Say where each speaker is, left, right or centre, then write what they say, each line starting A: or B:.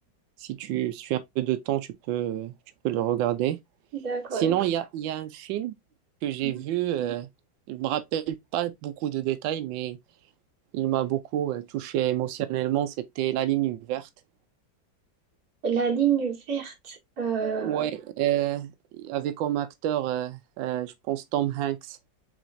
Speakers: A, on the right (about 75°); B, on the right (about 50°).
A: Si tu, si tu as un peu de temps, tu peux, euh, tu peux le regarder.
B: d'accord.
A: Sinon, il y a, il y a un film que j'ai
B: Mhm.
A: vu. euh, je me rappelle pas beaucoup de détails, mais il m'a beaucoup euh, touché émotionnellement, c'était La ligne verte.
B: La ligne verte. euh,
A: Ouais, euh, avec comme acteur, euh, euh, je pense Tom Hanks.